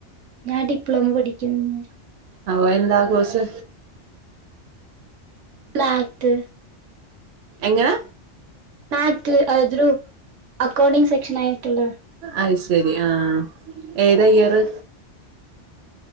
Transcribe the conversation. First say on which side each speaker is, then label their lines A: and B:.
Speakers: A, on the right; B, on the right.
A: ഞാൻ ഡിപ്ലോമ പഠിക്കുന്നു
B: ഓ എന്താ കോസ്
A: <unintelligible>
B: എങ്ങനാ
A: ആ ക്ക് അയ്ദ്രു അക്കൗണ്ടിംഗ് സെക്ഷനായിട്ട്ള്ളെ
B: അത് ശരി ആഹ് ഏതാ അയ്യറ്